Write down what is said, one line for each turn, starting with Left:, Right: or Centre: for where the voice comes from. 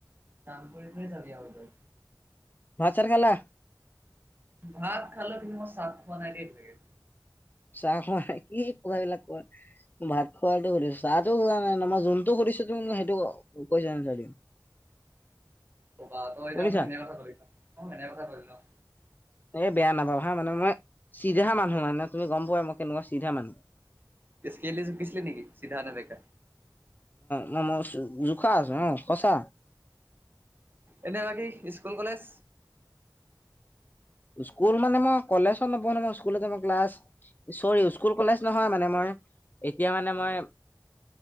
Right: কাম কৰি কৰি যাবি আৰু তই।
Left: ভাত চাত খালা?
Right: ভাত খালো কিন্তু মই চাহ খোৱা নাই দেই এতিয়ালৈকে।
Left: চাহ খোৱা নাই কি কথাবিলাক কোৱা ভাত খোৱাতটো সুধিছো চাহটো হোৱা নাই ন মই যোনতটো সুধিছো সেইটো কৈছা <unintelligible>
Right: <unintelligible> কব
Left: শুনিছা
Right: য ম কেনে কথা মই কেনে কথা কৰি লও।
Left: এই বেয়া নাপাও হা মানে মই চিধা মানুহ মানে তুমি গম পোৱাই মই কেনেকুৱা চিধা মানুহ।
Right: তে <unintelligible> কিছল নেকি চিধা নে বেকা?
Left: মই মই মই জোখা আছে অ, সচা।
Right: এনে বাকী স্কুল কলেজ?
Left: স্কুল মানে মই কলেজত নপঢ়ো ন, মই স্কুল মই ক্লাছ চৰি স্কুল কলেজ নহয় মানে মই এতিয়া মানে মই